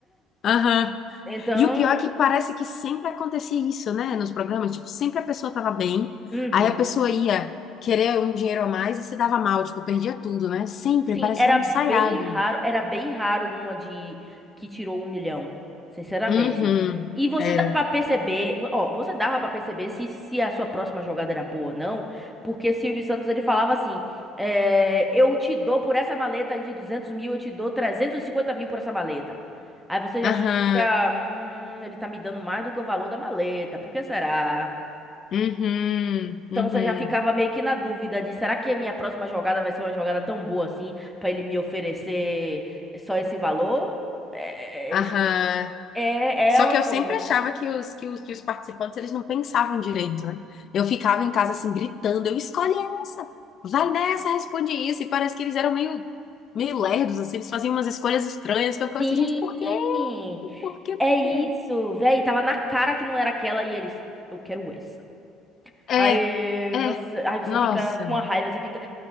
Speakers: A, on the left; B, in the centre.
A: Aham.
B: Então,
A: E o pior é que parece que sempre acontecia isso, né? Nos programas, tipo, sempre a pessoa tava bem,
B: uhum.
A: aí a pessoa ia querer um dinheiro a mais e se dava mal, tipo, perdia tudo, né? Sempre,
B: Sim,
A: parece
B: era
A: que era ensaiado.
B: bem raro, era bem raro uma de que tirou um milhão, sinceramente.
A: Uhum.
B: E você
A: Era.
B: dá pra perceber, ó, você dava pra perceber se, se a sua próxima jogada era boa ou não, porque Silvio Santos ele falava assim, é, eu te dou por essa maleta de 200 mil, eu te dou 350 mil por essa maleta. Aí você
A: Aham.
B: já fica, hum, ele tá me dando mais do que o valor da maleta, por que será?
A: Uhum.
B: Então
A: Uhum.
B: você já ficava meio que na dúvida de será que a minha próxima jogada vai ser uma jogada tão boa assim pra ele me oferecer só esse valor? É,
A: Aham.
B: é, é
A: Só
B: é uma
A: que eu
B: coisa.
A: sempre achava que os, que os, que os participantes eles não pensavam direito, né? Eu ficava em casa assim, gritando, eu escolhi essa, vai nessa, responde isso. E parece que eles eram meio, meio lerdos, assim, eles faziam umas escolhas estranhas, que eu ficava
B: Sim,
A: assim, gente, por quê? Por quê? Por
B: é isso,
A: quê?
B: velho. Tava na cara que não era aquela e eles, eu quero essa.
A: É,
B: Aí
A: é,
B: você, aí você
A: nossa.
B: fica com a raiva, você fica.